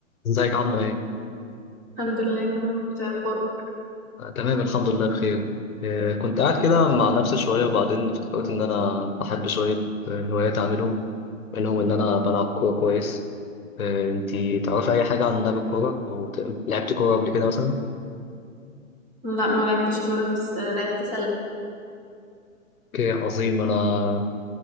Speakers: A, on the left; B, on the right.
A: ازيك عاملة ايه؟
B: الحمد لله تمام انت ايه اخبارك
A: آه، تمام الحمد لله بخير آه، كنت قاعد كده مع نفسي شوية وبعدين افتكرت إن أنا بحب شوية آه، هوايات أعملهم منهم إن أنا بلعب كورة كويس آه، انتي تعرفي أي حاجة عن لعب الكورة؟ أو ت- لعبتي كورة قبل كده مثلا؟
B: لا ما لعبتش كوره بس آه، لعبت سله
A: اوكي عظيم أنا